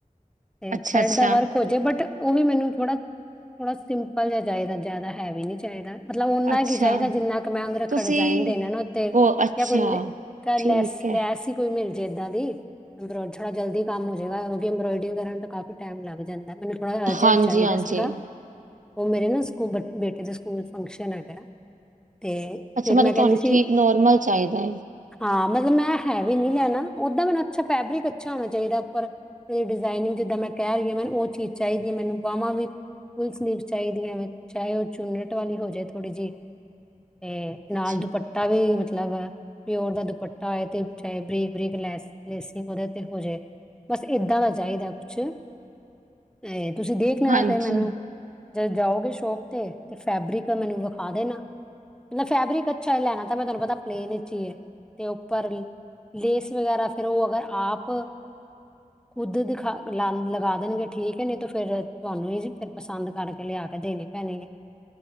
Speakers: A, in the centre; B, on the right.
A: ਤੇ
B: ਅੱਛਾ
A: ਥਰੈਡ
B: ਅੱਛਾ
A: ਦਾ ਵਰਕ ਹੋਜੇ ਬਟ ਉਹ ਵੀ ਮੈਨੂੰ ਥੋੜ੍ਹਾ ਥੋੜਾ ਸਿੰਪਲ ਜਾ ਚਾਹੀਦਾ ਜ਼ਿਆਦਾ ਹੈਵੀ ਨੀ ਚਾਹੀਦਾ। ਮਤਲਬ ਓਨਾ
B: ਅੱਛਾ
A: ਕੀ ਚਾਹੀਦਾ ਜਿੰਨਾ ਕੁ ਮੈਂ ਅੰਗਰ
B: ਤੁਸੀਂ
A: ਖੜ ਡਿਜ਼ਾਈਨ ਦੇਣਾ ਨਾ ਉੱਤੇ
B: ਕੋ ਅੱਛਾ
A: <unintelligible>
B: ਠੀਕ
A: ਲੈਸ
B: ਹੈ
A: ਲੈਸ ਈ ਕੋਈ ਮਿਲ ਜੇ ਇੱਦਾਂ ਦੀ। ਥੋੜਾ ਜਲਦੀ ਕੰਮ ਹੋਜਾਗਾ ਅੰਬੋਇਡਰੀ ਕਰਨ ਤੋਂ ਕਾਫੀ ਟਾਈਮ ਲੱਗ ਜਾਂਦਾ ਮੈਨੂੰ ਥੋੜਾ ਅਰਜੰਟ
B: ਹਾਂਜੀ
A: ਚਾਹੀਦਾ
B: ਹਾਂਜੀ
A: ਸੀਗਾ। ਉਹ ਮੇਰੇ ਨਾ ਸਕੂ ਬੇਟੇ ਦੇ ਸਕੂਲ ਫੰਕਸ਼ਨ ਹੈਗਾ। ਤੇ
B: ਅੱਛਾ,
A: ਫਿਰ
B: ਮਤਲਬ
A: ਮੈਂ
B: ਤੁਹਾਨੂੰ
A: ਕਹਿੰਦੀ
B: ਠੀਕ
A: ਸੀ
B: ਨੋਰਮਲ ਚਾਹੀਦਾ।
A: ਹਾਂ, ਮਤਲਬ ਮੈਂ ਹੈਵੀ ਨੀ ਲੈਣਾ ਉਹਦਾ ਮੈਨੂੰ ਅੱਛਾ ਫੈਬਰਿਕ ਅੱਛਾ ਹੋਣਾ ਚਾਹੀਦਾ ਉੱਪਰ ਉਹਦੀ ਡਿਜ਼ਾਇਨਿੰਗ ਜਿੱਦਾਂ ਮੈਂ ਕਹਿ ਰਹੀ ਆ ਮੈਨੂੰ ਉਹ ਚੀਜ਼ ਚਾਹੀਦੀ ਐ ਮੈਨੂੰ ਬਾਹਵਾਂ ਵੀ ਫੁੱਲ ਸਲਿੱਬ ਚਾਹੀਦੀਆਂ ਵੈ। ਚਾਹੇ ਉਹ ਚੂਨਟ ਵਾਲੀ ਹੋਜੇ ਥੋੜ੍ਹੀ ਜੀ ਤੇ
B: ਅੱਛਾ।
A: ਨਾਲ ਦੁਪੱਟ ਤਾਂ ਵੀ ਮਤਲਬ ਪਿਓਰ ਦਾ ਦੁਪੱਟਾ ਆਏ ਤੇ ਚ ਬਰੀਕ ਬਰੀਕ ਲੈਸ ਲੈਸੀ ਓਹਦੇ ਤੇ ਹੋਜੇ। ਬਸ ਏਦਾਂ ਦਾ ਚਾਹੀਦਾ ਕੁਛ ਅ ਤੁਸੀਂ ਦੇਖ ਦੇਖ ਲੈਣਾ
B: ਹਾਂਜੀ,
A: ਫੇਰ ਮੈਨੂੰ ਜਦ ਜਾਓਗੇ ਸ਼ੋਪ ਤੇ ਤੇ ਫੈਬਰਿਕ ਮੈਨੂੰ ਵਿਖਾ ਦੇਣਾ। ਫੈਬਰਿਕ ਅੱਛਾ ਲੈਣਾ ਤਾਂ ਮੈਂ ਤੁਹਾਨੂੰ ਪਤਾ ਪਲੇਨ ਵਿੱਚੀ ਏ ਤੇ ਉੱਪਰ ਲੇਸ ਵਗੈਰਾ ਫੇਰ ਉਹ ਅਗਰ ਆਪ
B: <inaudible>
A: ਖੁੱਦ ਦਿਖਾ ਲਾ ਲਗਾ ਦੇਣਗੇ ਠੀਕ ਐ ਨਹੀਂ ਤਾਂ ਫਿਰ ਤੁਹਾਨੂੰ ਹੀ ਜੀ ਫਿਰ ਪਸੰਦ ਕਰਕੇ ਲਿਆ ਕੇ ਦੇਣੀ। <unintelligible> ੈ